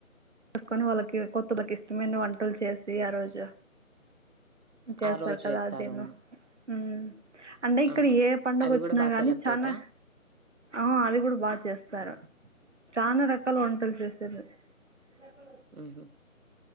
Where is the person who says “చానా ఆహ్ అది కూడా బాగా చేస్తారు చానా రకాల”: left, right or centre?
Right